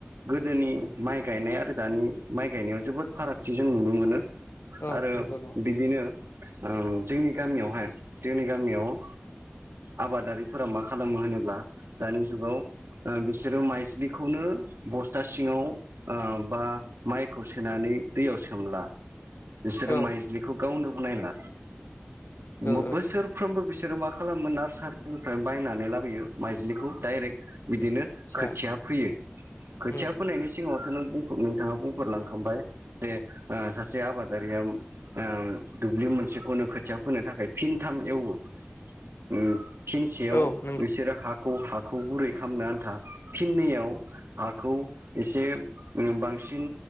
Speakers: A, on the right; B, on the left.
A: गोदोनि माइ गायनाय आरो दानि माइ गायनायाव जोबोद फारागथि जों नुनो मोनो
B: ओ
A: आरो
B: नंगौ नंगौ
A: बिदिनो ओम जोंनि गामियावहाय जोंनि गामियाव ओ आबादारिफोरा मा खालामो होनोब्ला दानि जुगाव ओ बिसोरो माइजलिखौनो बस्था सिङाव आ बा माइ खौ सोनानै दैयाव सोमला। बिसोरो
B: औ
A: माइज्लिखौ गावनो बनायला।
B: ओ
A: मो बोसोरफ्रोमबो
B: ओ
A: बिस बिसोरो मा खालामो नार्सारिनिफ्राय बायनानै लाबोयो माइजलिखौ डाइरेक्ट बिदिनो
B: आतसा
A: खोथिया फोयो। खोथिया
B: उम
A: फोनायनि सिगाङावथ' नों बुं नोंथाङा बुं फोर लांखांबाय। जे ओ सासे आबादारिया ओ दुब्लि मोनसेखौनो खोथिया फोनो थाखाय फिन था थाम एवो उम फिनसेयाव
B: औ नंगौ
A: बिसोरो हा खौ हाखौ गुरै खालामनो आन्था फिननैयाव हाखौ एसे उम बां सिन